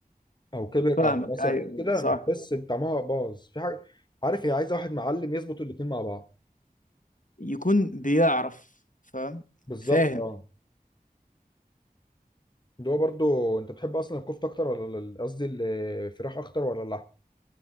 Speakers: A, on the left; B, on the left.
A: او كبر
B: فاهمك
A: او مثلا
B: ايوه
A: كده
B: صح
A: بتحس ان طعمها باظ في حاجه عارف هي عايزه واحد معلم يظبط الاتنين مع بعض
B: يكون بيعرف فاهم
A: بالظبط
B: فاهم
A: اه اللي هو برضو انت بتحب اصلا الكفته اكتر ولا ال- قصدي الفراخ اكتر ولا اللحم